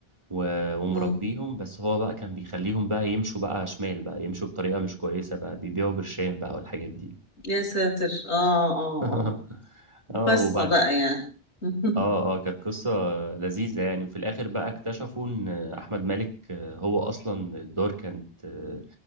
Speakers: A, on the right; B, on the left.
A: و- ومربيهم
B: مم.
A: بس هو بقى كان بيخليهم بقى يمشوا بقى شمال بقى يمشوا بطريقة مش كويسة بقى بيبيعوا برشام بقى والحاجات دي
B: يا ساتر اه اه
A: <laughs>
B: اه
A: اه
B: قصة
A: وبعد
B: بقى يعني <laughs>
A: اه اه كانت قصة لذيذة يعني وفي الآخر بقى اكتشفوا إن أحمد مالك آه، هو أصلا الدار كانت آه،